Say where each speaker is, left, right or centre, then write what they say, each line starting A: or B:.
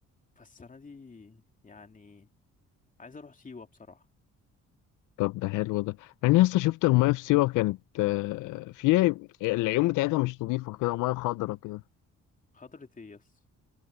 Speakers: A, on the left; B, on the left.
A: فالسنة دي يعني عايز اروح سيوة بصراحة
B: طب ده حلو ده يعني يا اسطى شفت المايه في سيوة كانت آه، فيها العيون بتاعتها مش نظيفة كده مياه خضرا كده
A: خضرة ايه يا اسطى